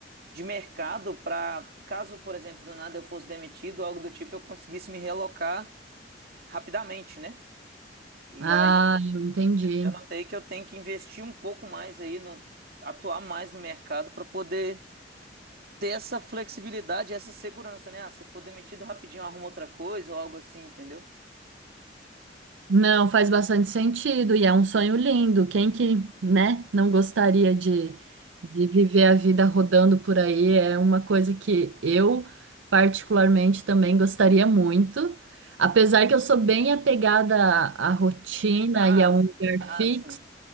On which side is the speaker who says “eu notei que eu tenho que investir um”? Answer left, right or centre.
Right